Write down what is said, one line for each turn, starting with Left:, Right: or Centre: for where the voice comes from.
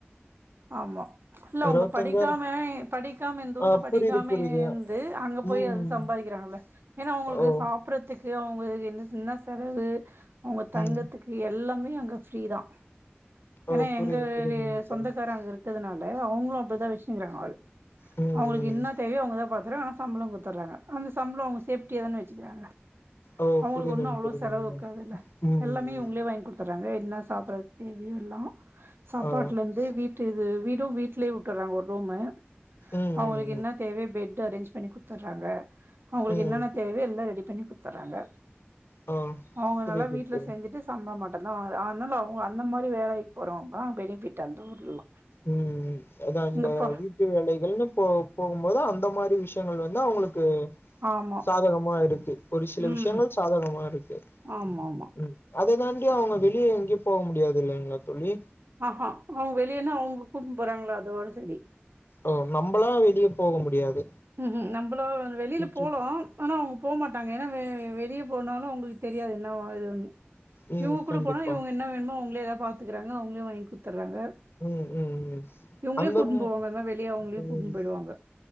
Right: ஆமா இல்ல அவ்ங்க
Left: இருவத்தஞ்சாயிரோ
Right: படிக்காம படிக்காம இந்த ஊர்ல
Left: ஆ
Right: படிக்காமேயே
Left: புரியுது புரியுது
Right: இருந்து அங்க போய்
Left: ம்
Right: அது சம்பாதிக்கிறாங்கள்ல ஏன்னா அவுங்களுக்கு
Left: ஓ
Right: சாப்டறதுக்கு அவ்ங்களுக்கு என்ன என்னா செலவு அவ்ங்க தங்கர்த்துக்கு
Left: ம்
Right: எல்லாமே அங்க ஃப்ரீதா
Left: ஓ
Right: ஏன்னா
Left: புரியுது
Right: எங்க
Left: புரியுதுங்க
Right: <inaudible>
Left: தோழி
Right: சொந்தக் <unintelligible> அங்க இருக்கிறதுனால அவ்ங்களு அப்டிதா வச்சிருங்கிறாங்க ஆளு
Left: ம்
Right: அவ்ங்களுக்கு
Left: ம்
Right: என்னா தேவையோ அவ்ங்கதா பாத்துறோ ஆனா சம்பள குத்துர்றாங்க அந்த சம்பள அவ்ங்க சேப்டியா தான வச்சிகுறாங்க
Left: ஓ
Right: அவ்ங்களுக்கு
Left: புரியுதுங்க
Right: ஒன்னு அவ்ளோ
Left: புரியுதுங்க
Right: செலவு இருக்காது இல்ல
Left: ம்
Right: எல்லாமே
Left: ம்
Right: இவ்ங்களே வாங்கி குடுத்துறாங்க என்ன சாப்டறது தேவையோ எல்லா சாப்பாட்டுல
Left: ஓ
Right: இருந் து வீட்டு இது வீடு வீட்டுலயே விட்டுறாங்க ஒரு ரூமு
Left: ம்
Right: அவ்ங்களுக்கு
Left: ம்
Right: என்னத்
Left: ம்
Right: தேவயோ பெட்டு அரேஞ்ச் பண்ணி குத்துர்றாங்க அவ்ங்களுக்கு
Left: ம்
Right: என்னென்ன தேவயோ எல்லா ரெடி பண்ணி குத்துர்றாங்க
Left: ஆ
Right: அவ்ங்க
Left: புரியுது
Right: நல்லா வீட்டுல
Left: தோழி
Right: செஞ்சிட்டு சம்பளம் மட்டுந்தா வாங்குற அதனால அவங் அந்த மாரி வேலைக்கு போறவங்களா பெனிஃபிட் அந்த ஊர்லலா
Left: ம் ம் அதா இந்த
Right: இங்கப்பா
Left: வீட் வேலைகள்னு போ போகும்போது அந்த மாரி விஷயங்கள் வந்து அவங்களுக்கு
Right: ஆமா
Left: சாதகமா இருக்கு ஒரு சில
Right: ம்
Left: விஷ்யங்கள் சாதகமா இருக்கு
Right: ஆமா ஆமா
Left: ம் அத தாண்டி அவங்க வெளிய எங்கயு போக முடியாது இல்லைங்களா தோழி
Right: அ ஆ அவங்க வெளியன்னா அவங்க கூப்டுன்னு போறாங்கள அதோட சரி
Left: ஓ நம்பளா வெளிய போக முடியாது
Right: ம் ம் நம்பலும் வெளில
Left: சுற்றி
Right: போலோ ஆனா அவங்க போமாட்டாங்க ஏன்னா வெ வெளியே போனாலு அவங்களுக்கு தெரியாது என்ன வேணு ஏது வேணும்ன்னு
Left: ம்
Right: இவங்க கூட
Left: கண்டிப்பா
Right: போனா இவங்க என்ன வேணுமோ அவங்களே ஏதாவது பாத்துக்கறாங்க அவங்களே வாங்கி குட்த்தட்றாங்க
Left: ம் ம் ம்
Right: இவ்ங்களே
Left: அந்த
Right: கூட்டுனு
Left: ம்
Right: போவாங்க எதா வெளிய அவ்ங்களையும்
Left: ம்
Right: கூட்டுனு போயிடுவாங்க